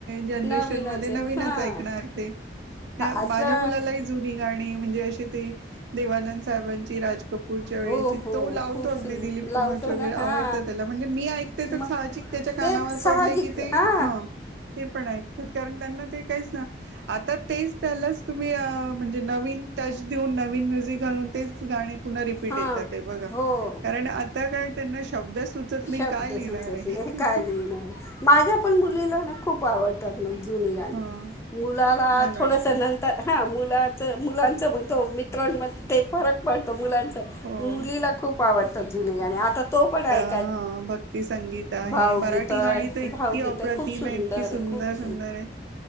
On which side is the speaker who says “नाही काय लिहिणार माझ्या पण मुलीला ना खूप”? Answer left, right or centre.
Left